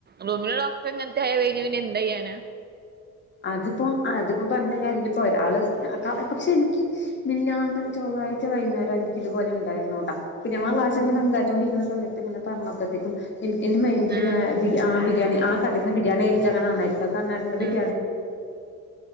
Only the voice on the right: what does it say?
റൂമിലുള്ളൊക്കെ ഇങ്ങൻത്തെ ആയ കഴുഞ്ഞുന്ന പിന്നെ എന്താ ചെയ്യാന
ഉം
ഉം